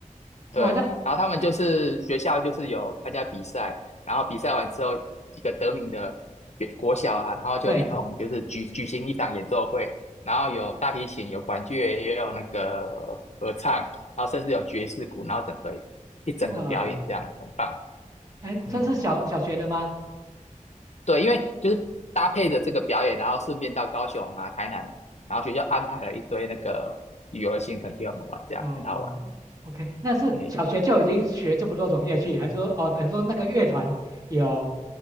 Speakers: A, on the left; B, on the right.
A: 对，
B: 哇，那那
A: 然后他们就是学校就是有参加比赛，然后比赛完之后，几个得名的国小啊，然后就一同就是举举行一场演奏会，
B: 对，
A: 然后有大提琴，有管乐，也有那个合唱，然后甚至有爵士鼓，然后整个一整个表演这样很棒。
B: 哇，哎，算是小小学的吗？
A: 嗯，对，因为就是搭配着这个表演，然后顺便到高雄啊、台南，然后学校安排了一堆那个旅游的行程给我们玩，
B: 哦，OK，
A: 这样很好玩。
B: 那是小学就已经学这么多种乐器，
A: 哎，
B: 还是说哦，等于说那个乐团有，